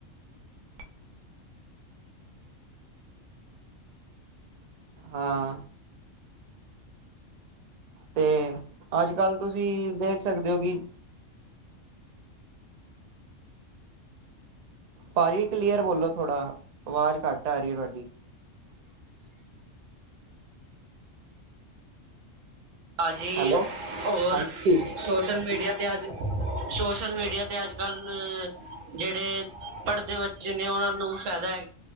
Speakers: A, on the right; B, on the right.
A: ਅ
B: ਹਾਂ ਤੇ ਅੱਜ ਕੱਲ ਤੁਸੀਂ ਵੇਖ ਸਕਦੇ ਹੋ ਕਿ। ਭਾਈ ਕਲੀਅਰ ਬੋਲੋ ਥੋੜਾ ਆਵਾਜ਼ ਘੱਟ ਆ ਰਹੀ ਤੁਹਾਡੀ।
A: ਭਾਜੀ
B: ਹੈਲੋ
A: ਹੋਰ
B: ਹਾਂਜੀ
A: ਸੋਸ਼ਲ ਮੀਡੀਆ ਤੇ ਅੱਜ ਸੋਸ਼ਲ ਮੀਡੀਆ ਤੇ ਅੱਜਕੱਲ ਜਿਹੜੇ ਪੜਦੇ ਹੋ ਬੱਚੇ ਨੇ ਉਹਨਾਂ ਨੂੰ ਫਾਇਦਾ